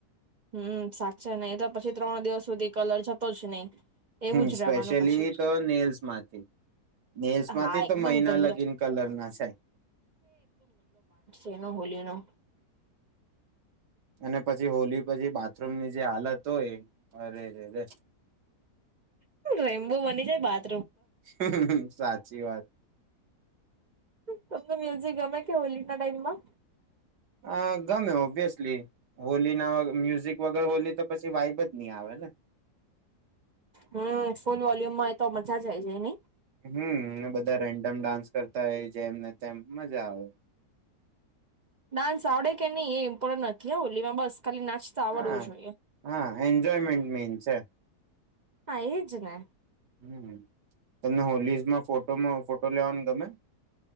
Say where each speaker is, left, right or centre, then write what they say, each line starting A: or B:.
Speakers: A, on the right; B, on the right.
A: હમ સાચ છે નહિ તો પછી ત્રણ દિવસ સુધી કલર જતો જ નહી
B: હ
A: એવું જ
B: સ્પેશિયલી
A: રહેવાનું પછી
B: તો નેલ્સ માંથી નેલ્સ માંથી
A: હા એકદમ
B: તો મહિના
A: ગંદો
B: લગીન કલર ના જાય
A: એ ન હોલી નો
B: અને પછી હોલી પછી બાથરૂમ ની જે હાલત હોય અરે રરે રે
A: રેમ્બુ બની જાય બાત
B: હ હ હ સાચ સાચી વાત
A: તમને મ્યુઝિક ગમે કે હોલી ના ટાઈમમાં
B: અ ગમે ઓબ્વિયસલી હોલી ના મ્યુઝિક વગર હોલી તો પછી વાઈબ જ નહી આવે ને
A: હમ ફૂલ વોલ્યુમમાં એ તો મજા જાય જ ન
B: હમમ બધા ર મ ડાન્સ કરતા હોય જે એમને તેમ મજા આવે
A: ડાન્સ આવડે કે નહી એ ઇમ્પોર્ટન્ટ નથી હોલીમાં બસ ખાલી નાચતા આવડવું
B: હા
A: જોઈએ
B: હા એન્જોયમેન્ટ મીન છે
A: હા એજ ને
B: હમ તમને હોલીઝમાં ફોટોમાં ફોટો લેવાનું ગમે